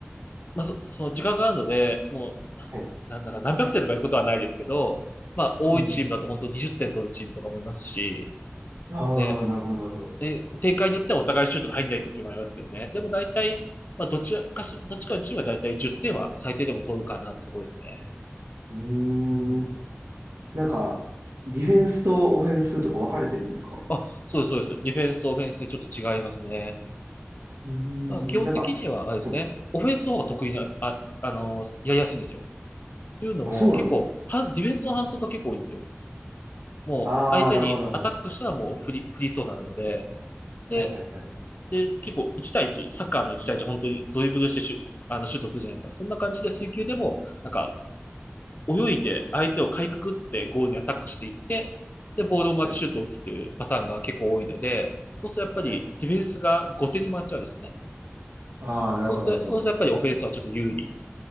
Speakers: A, on the left (about 40°); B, on the right (about 65°).
A: まあ、そ、その時間があるので、もう、
B: はい。
A: なんだか何百点とかいうことはないですけど、まあ、多いチームだと本当に20点取るチームとかもいますし、
B: うん。ああ、
A: ね、
B: なるほど、なるほど。
A: え、展開によってはお互いシュートが入んない時もありますけどね。でも大体、まあ、どちらかし、どっちかのチームは大体10点は最低でも取るかなってところですね。
B: うー
A: うん。
B: ん。なんか、ディフェンスとオフェンスとか分かれてるんですか
A: あ、そうです、そうです。ディフェンスとオフェンスでちょっと違いますね。
B: うーん。
A: まあ、基本的には、
B: なんか、
A: あれですね、
B: はい。
A: オフェンスの方が得意な、あ、あの、やりやすいんですよ。というのも、
B: あ、そうなんです
A: 結構、は、ディフェンスの反則が結構多いんですよ。もう相手にアタックしたらもう振り、
B: ああ、なるほど、なるほど。
A: 振りそうなので、で、
B: はいはいはい。
A: で、結構1対1、サッカーの1対1、本当にドリブルしてシュ、あのシュートするじゃないですか。そんな感じで水球でも、なんか、泳いで相手をかいくぐってゴールにアタックしていって、で、ボールを回ってシュートを打つっていうパターンが結構多いので、
B: はい。
A: そうするとやっぱりディフェンスが後手に回っちゃうんですね。
B: はい。ああ、なるほど、
A: そうすると、
B: なるほど。
A: そうするとやっぱりオフェンスはちょっと有利